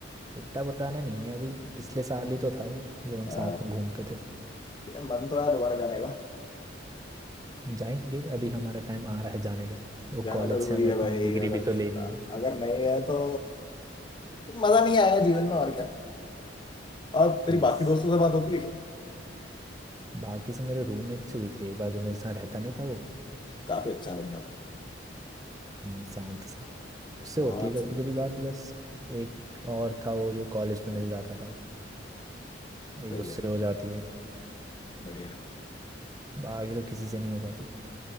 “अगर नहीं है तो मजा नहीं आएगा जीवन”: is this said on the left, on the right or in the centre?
Left